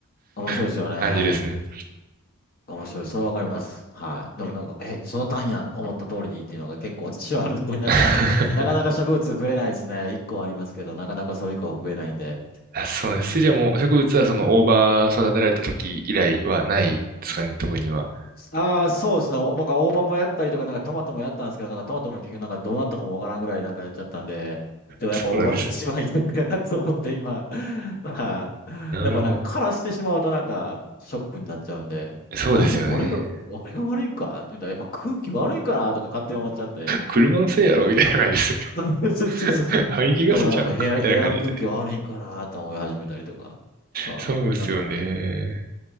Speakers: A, on the left; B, on the right.
A: 面白いですよね。
B: <laughs> 感じですね。
A: 面白い。それわかります。はい。でもなんか、え、育たんやん、思った通りにっていうのが結構私はあるんで、なんか、
B: <laughs>
A: なかなか植物増えないですね。一個はありますけど、なかなかそれ以降増えないんで。
B: あそうです。
A: うん。
B: じゃあもう植物はその大葉育てられた時以来はないですかね、特には。
A: ああ、そうですね。おなんか大葉もやったりとか、なんかトマトもやったんですけど、なんかトマトも結局なんかどうなったかもわからんぐらいなんかやっちゃったんで、でもやっぱ大葉が一番いいのかなと思って今、
B: そうなんですね。
A: <laughs> はい。
B: なるほ
A: やっぱなんか枯らしてしまうとなんかショックになっちゃうんで、
B: ど。そうですよね。
A: あれ、俺が、俺が悪いんかみたいな、やっぱ空気悪いかなとか勝手に思っちゃって。
B: 車のせいやろみたいな感じです。<laughs>
A: <laughs> そうそうそうそうそう。
B: 排気ガスちゃうんかみたいな感じで。
A: でもなんかやっぱ部屋、部屋の空気悪いんかなと思い始めたりとか、ああ、
B: そうですよね。
A: なんか、